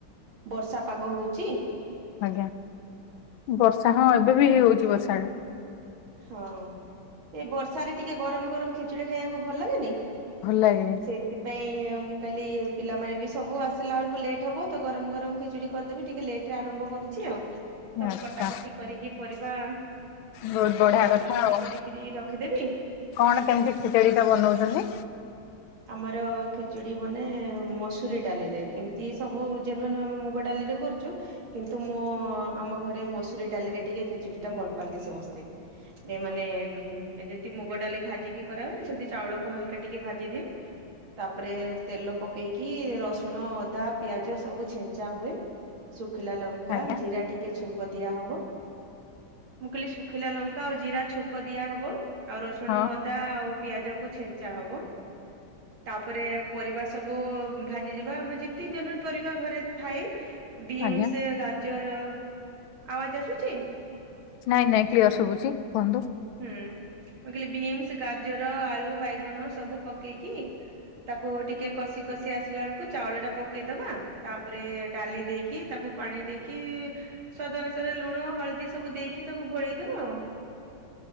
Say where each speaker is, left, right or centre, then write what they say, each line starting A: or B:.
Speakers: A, on the right; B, on the left.
A: ବର୍ଷା ପାଗ ହୋଉଛି।
B: ହାଲୋ ବର୍ଷା ହଁ ଏବେ ବି ହେଇ ହଉଛି ବର୍ଷା।
A: ହଁ ଏ ବର୍ଷାରେ ଟିକେ ଗରମ ଗରମ ଖିଚୁଡି ଖାଇବାକୁ ଭଲ ଲାଗେନି?
B: ଭଲ ଲାଗେ।
A: ସେଥିପାଇଁ ମୁଁ କହିଲି ପିଲାମାନେ ବି ସବୁ ଆସିଲା ବେଳକୁ ଲେଟ୍ ହବ ତ ଗରମ ଗରମ ଖିଚଡି କରିଦବି ଟିକେ ଲେଟ ରେ ଆରମ୍ଭ କର କରୁଛି ଆଉ ସବୁ
B: ଆଚ୍ଛା
A: କଟାକଟି କରିକି ପରିବା
B: ବହୁତ
A: ସବୁ
B: ବଢିଆ
A: କଟାକଟି
B: କଥା ଆଉ
A: କରିକିରି ରଖିଦେବି।
B: କଣ କେମିତି ଖିଚେଡି ଟା ବନଉଛନ୍ତି?
A: ଆମର ଖେଚୁଡି ବନେ ମସୁରୀ ଡାଲିରେ ଏମିତି ସବୁ ଜନୁ ଆମେ ମୁଗ ଡାଲିରେ କରୁଚୁ। କିନ୍ତୁ ମୋ ଆମ ଘରେ ମସୁରୀ ଡାଲିରେ ଟିକେ ଖେଚୁଡ଼ି ଟା ଭଲ ପାଆନ୍ତି ସମସ୍ତେ ଯେ ମାନେ ଯେମିତି ମୁଗ ଡାଲି ଭାଜିକି କରାହୁଏ ସେମିତି ଚାଉଳକୁ ହାଲକା ଟିକେ ଭାଜି ଦିଏ ତାପରେ ତେଲ ପକେଇକି ରସୁଣ ଅଦା ପିଆଜ ସବୁ ଛେଞ୍ଚା ହୁଏ। ଶୁଖିଲା ଲଙ୍କା
B: ଆଜ୍ଞା
A: ଜିରା ଟିକେ ଛୁଙ୍କ ଦିଆହବ। ମୁଁ କହିଲି ଶୁଖିଲା ଲଙ୍କା ଆଉ ଜିରା ଛୁଙ୍କ ଦିଆହବ ଆଉ ରସୁଣ
B: ହଁ
A: ଅଦା ଆଉ ପିଆଜ କ ଛେଞ୍ଚା ହବ। ପବନ। ତାପରେ ପରିବା ସବୁ ଭାଜି ଯିବା ଆମେ ଯେମିତି ଜ ପରିବା ଘରେ ଥାଏ ବିନ୍ସ
B: ଆଜ୍ଞା
A: ଗାଜର ଆବାଜ ଆସୁଛି।
B: ନାଇଁ ନାଇଁ କ୍ଲିୟର ଶୁଭୁଚି କୁହନ୍ତୁ?
A: ହୁଁ ମୁଁ କହିଲି ବିନ୍ସ ଗାଜର ଆଳୁ ବାଇଗଣ ସବୁ ପକେଇକି ତାକୁ ଟିକେ କଷି କଷି ଆସିଲା ବେଳକୁ ଚାଉଳ ଟା ପକେଇଦବା ତାପରେ ଡାଲି ଦେଇକି ତାକୁ ପାଣି ଦେଇକି ସ୍ଵାଦ ଅନୁସାରେ ଲୁଣ ହଳଦୀ ସବୁ ଦେଇକି ତାକୁ ଘୋଳେଇଦବା ଆଉ